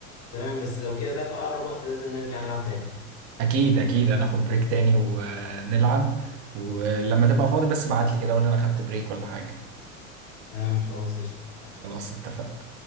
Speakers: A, on the left; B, on the right.
A: تمام بس لو كده بقى في اقرب وقت لازم نرجع نلعب تاني
B: اكيد اكيد انا اخد بريك تاني ونلعب ولما تبقى فاضي بس ابعت لي كده اقول لي انا خدت بريك ولا حاجة
A: تمام خلاص قشطة
B: خلاص اتفقنا